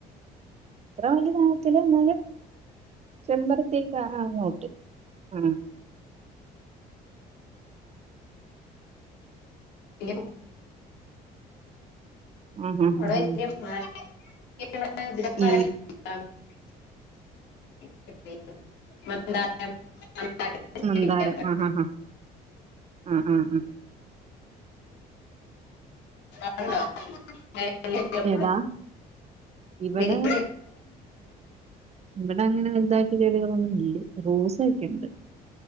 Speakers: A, on the right (about 40°); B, on the left (about 85°).
A: ഇത്ര വലിയതാവത്തില്ല എന്നാലും ചെമ്പരത്തീക്ക അങ്ങോട്ട് ആ
B: അവിടെ
A: ആ ഹാ ഹാ
B: അവിടെ
A: ഹാ
B: <unintelligible> <unintelligible>
A: ഈ
B: <unintelligible> ചെടിയില്ലേ
A: നന്താരം
B: അത്ര
A: ആ ആ ആ ആ ആ
B: അവിടുണ്ടോ അങ്ങനെ വലിയ ചെടികളൊക്കെ
A: ഏതാ ഇവിട
B: വലിയ
A: ഇവിടെ അങ്ങനെ വലുതായിട്ട് ചെടികളൊന്നും ഇല്ല. റോസൊക്കെണ്ട്